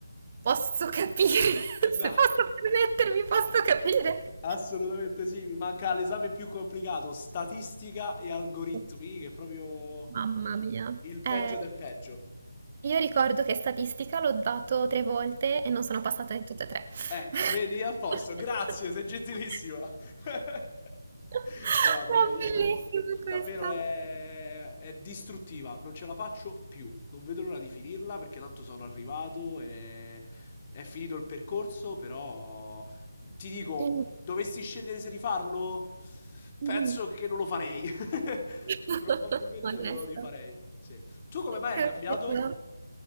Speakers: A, on the right; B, on the left.
A: posso capire,
B: Esatto.
A: <laughs> se posso permettermi, posso capire.
B: Assolutamente sì, mi manca l'esame più complicato, statistica e algoritmi,
A: <laughs>
B: che è proprio
A: Mamma mia.
B: il peggio
A: Eh,
B: del peggio.
A: io ricordo che statistica l'ho dato tre volte e non sono passata in tutte e tre.
B: Ecco,
A: <laughs>
B: vedi, a posto, grazie, sei gentilissima. <laughs>
A: È
B: No, no, no, io
A: bellissima questa.
B: davvero è, è distruttiva, non ce la faccio più. Non vedo l'ora di finirla perché tanto sono arrivato e è finito il percorso, però ti dico,
A: Eh, mm,
B: dovessi scegliere se rifarlo,
A: mhm.
B: penso che non lo farei. <laughs>
A: <laughs>
B: Probabilmente
A: Onesto.
B: non lo rifarei. Sì. Tu come mai
A: Capito.
B: hai cambiato?